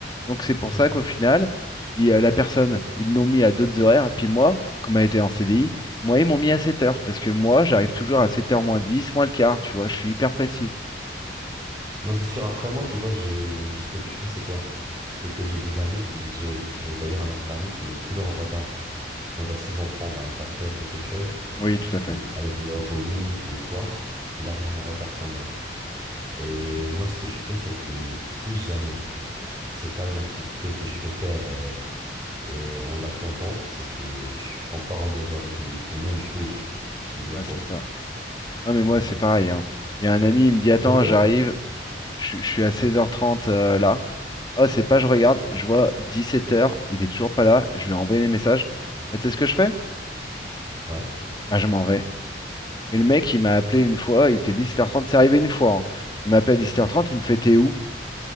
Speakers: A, on the left; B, on the right.
A: Donc c'est pour
B: c'est
A: ça
B: ça.
A: qu'au final, il- euh, la personne, ils l'ont mis à d'autres horaires. Puis moi, comme elle était en CDI, moi, ils m'ont mis à 7 heures. Parce que moi, j'arrive toujours à sept heures moins 10 moins le quart, tu vois, je suis hyper précis.
B: Non, c'est sûr. Après moi, tu vois, j'ai, ce que je fais, c'est quoi? C'est que j'ai des amis qui, j'ai et d'ailleurs un autre ami qui est toujours en retard. Et on va souvent prendre un café ou quelque chose,
A: Oui, tout à fait.
B: ou aller jouer au bowling ou quoi. Il arrive en retard quand même. Et moi, ce que je fais, c'est que si jamais c'est pas une activité que je peux faire euh, euh, en l'attendant, c'est que je prends pas rendez-vous avec lui, ou même je bouge s'il le
A: Ouais,
B: faut.
A: c'est ça. Non, mais moi,
B: Hmm.
A: c'est pareil, hein. Il y a un ami, il me dit, attends,
B: D'ailleurs,
A: j'arrive,
B: euh,
A: je, je suis à seize heures trente euh, là. Oh, c'est pas, je regarde, je vois dix-sept heures, il est toujours pas là, je lui ai envoyé des messages. Bah, tu sais ce que je fais?
B: ouais,
A: Bah, je m'en vais. Et le mec, il m'a appelé une fois, il était 17 heures trente, c'est arrivé une fois. hein. Il m'appelle 17 heures trente, il me fait, t'es où?